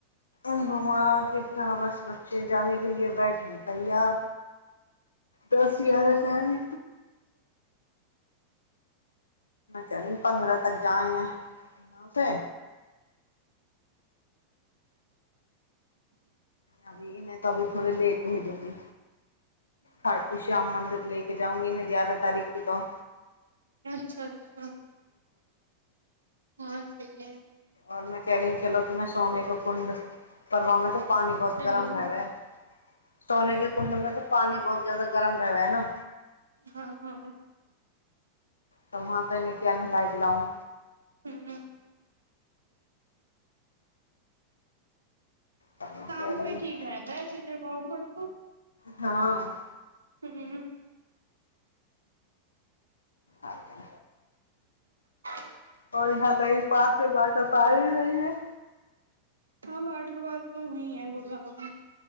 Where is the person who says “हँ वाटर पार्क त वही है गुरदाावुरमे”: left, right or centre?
Right